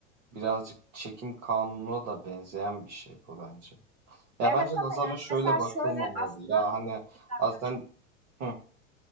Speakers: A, on the right; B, on the right.
A: birazcık çekim kanununa da benzeyen bir şey bu bence. Ya bence
B: Evet
A: nazara
B: ama yani
A: şöyle
B: mesela
A: bakılmamalı.
B: şöyle aslında
A: Ya hani
B: bir dakika
A: azden hı